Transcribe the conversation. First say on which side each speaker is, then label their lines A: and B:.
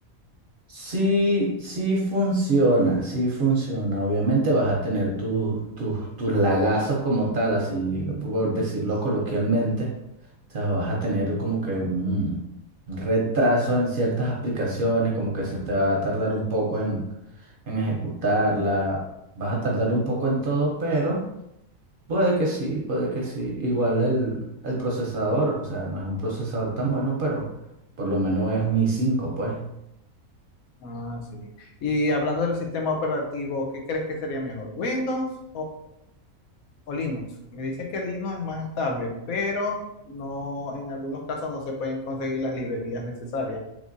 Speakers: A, on the right; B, on the left.
A: Sí, sí funciona, sí funciona. Obviamente vas a tener tus tus tus lagazos como tal, así por decirlo coloquialmente. O sea, vas a tener como que un retraso en ciertas aplicaciones, como que se te va a tardar un poco en, en ejecutarla. Vas a tardar un poco en todo, pero puede que sí, puede que sí. Igual el, el procesador, o sea, no es un procesador tan bueno, pero por lo menos es un i cinco, pues.
B: Ah, sí. Y hablando del sistema operativo, ¿qué crees que sería mejor? ¿Windows o Linux. Me dicen que Linux es más estable, pero no, en algunos casos no se pueden conseguir las librerías necesarias.